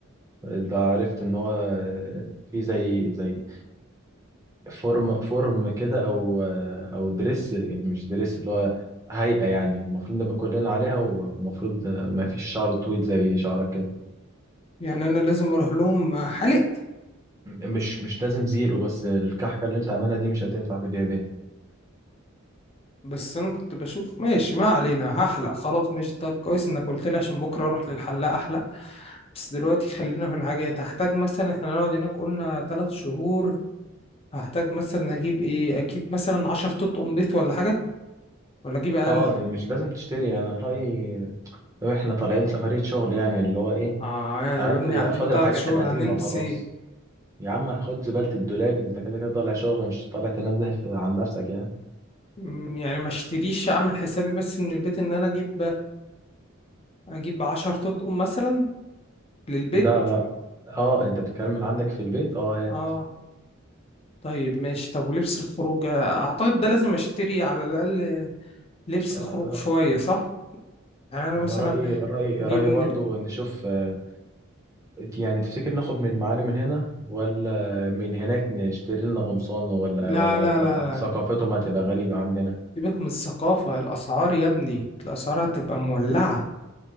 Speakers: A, on the right; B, on the left.
A: ده عرفت ان هو آه، في زي زي فورم فورم كده او او دريس مش دريس اللي هو هيئة يعني المفروض نبقى كلنا عليها والمفروض ما فيش شعر طويل زي شعرك كده
B: يعني انا لازم اروح لهم حلق
A: مش مش لازم زيرو بس الكحكة اللي انت عاملها دي مش هتنفع في اليابان
B: بس انا كنت بشوف ماشي ما علينا هحلق خلاص ماشي طب كويس انك قلت لي عشان بكره اروح للحلاق احلق بس دلوقتي خلينا في الحاجات هحتاج مثلا احنا نقعد هناك قلنا ثلاث شهور هحتاج مثلا اجيب ايه اجيب مثلا 10 طوط قميص ولا حاجه ولا اجيب اقل
A: اه مش لازم تشتري انا رأيي احنا طالعين سفرية شغل يعني اللي هو ايه
B: اه يا
A: قعدت
B: بني قاعدين
A: خد
B: ثلاث
A: الحاجات
B: شهور
A: القديمة
B: هنلبس
A: خلاص
B: ايه
A: يا عم خد زبالة الدولاب انت كده كده طالع شغل مش طالع تنزه في- عن نفسك يعني
B: مم، يعني ما اشتريش اعمل حسابي بس من البيت ان انا اجيب اجيب 10 طقم مثلا للبيت
A: لا لا اه انت بتتكلم من عندك في البيت اه
B: اه
A: هات
B: طيب ماشي طب ولبس الخروج اعتقد ده لازم اشتري على الاقل لبس
A: آه،
B: خروج شوية صح يعني انا
A: وانا
B: مثلا
A: رايي رايي
B: اجيب
A: رايي
B: من
A: برضو
B: ال...
A: نشوف آه، يعني تفتكر ناخد من معانا من هنا ولا من هناك نشتري لنا قمصان ولا
B: لا
A: ولا
B: لا
A: ولا
B: لا لا
A: ثقافتهم هتبقى غريبة عننا
B: سيبك من الثقافة الاسعار يا ابني الاسعار هتبقى مولعة